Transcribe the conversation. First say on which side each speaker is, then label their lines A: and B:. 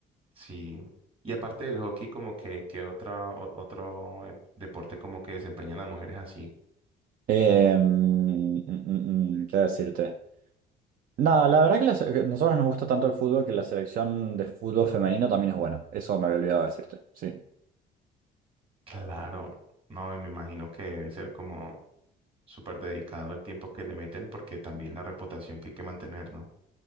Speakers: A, on the right (about 35°); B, on the right (about 55°).
A: Sí. Y aparte del hockey, como que, que otra, o- otro eh, deporte como que desempeñan las mujeres así.
B: Eh, mm, mm, mm, mm, ¿qué decirte? Nada, la verdad que la se- que nosotros nos gusta tanto el fútbol que la selección de fútbol femenino también es buena. Eso me había olvidado decirte. Sí,
A: Claro. No, y me imagino que debe ser como súper dedicado el tiempo que le meten, porque también la reputación que hay que mantener, ¿no?